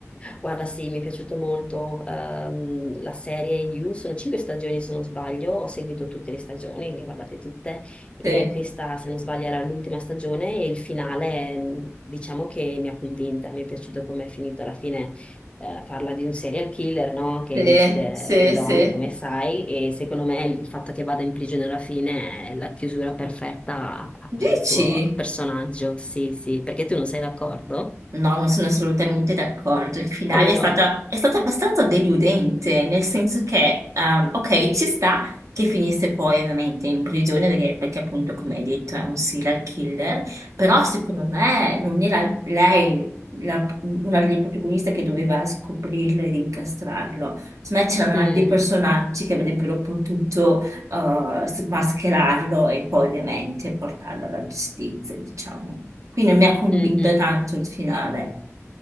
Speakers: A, on the left; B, on the right.
A: Guarda, sì, mi è piaciuto molto ehm, la serie You, sono cinque stagioni se non sbaglio, ho seguito tutte le stagioni, le ho guardate tutte e
B: Sì,
A: questa se non sbaglio era l'ultima stagione e il finale ehm, diciamo che mi ha convinta, mi è piaciuto come è finito alla fine, eh, parla di un serial killer no? che
B: sì,
A: uccide
B: sì,
A: le donne
B: sì.
A: come sai e secondo me il fatto che vada in prigione alla fine è la chiusura perfetta al
B: Dici?
A: suo personaggio, sì sì, perché tu non sei d'accordo?
B: No, non sono assolutamente d'accordo. Il finale
A: Come
B: è
A: no?
B: stato, è stato abbastanza deludente, nel senso che, ehm, ok, ci sta che finisse poi ovviamente in prigione, perché, perché appunto, come hai detto, è un serial killer, però secondo me non era lei la- una delle protagoniste che doveva scoprirlo ed incastrarlo. Secondo me c'erano
A: Mm.
B: altri personaggi che avrebbero potuto eh, mascherarlo e poi ovviamente portarlo alla giustizia, diciamo. Quindi mi ha convinto
A: Mm-mm.
B: tanto il finale.